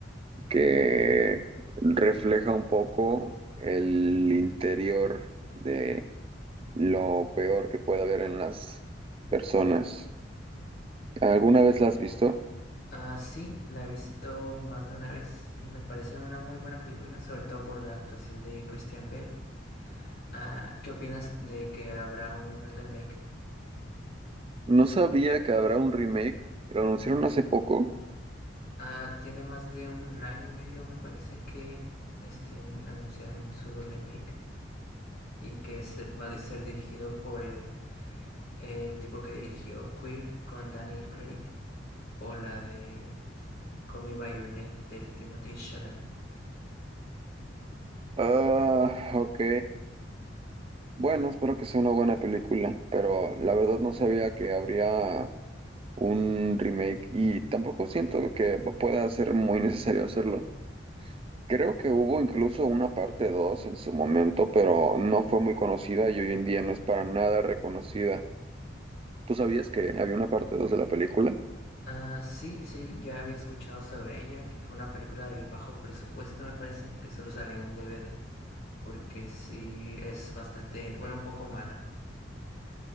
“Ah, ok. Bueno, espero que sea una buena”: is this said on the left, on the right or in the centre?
Right